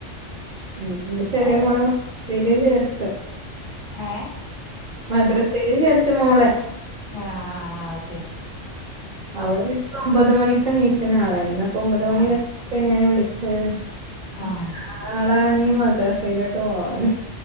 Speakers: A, on the right; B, on the left.
A: ഉം, എന്റെ ചെറിയ
B: അതെ
A: മോളെ എൽ കെ ജി ലും ചേർത്തു,
B: ഏ
A: മദ്രസയിലും ചേർത്തു. <unintelligible> മോളെ
B: ആ, ആ
A: അവിടുന്നിപ്പം ഒൻപതു മണി <unintelligible> ഒമ്പത്‌ മണിവരെ
B: ആഹ്
A: ഞാൻ ഇവിടെ ഇരിക്കും <unintelligible>
B: ആഹ്
A: മദ്രസയിലോട്ട് പോവാൻ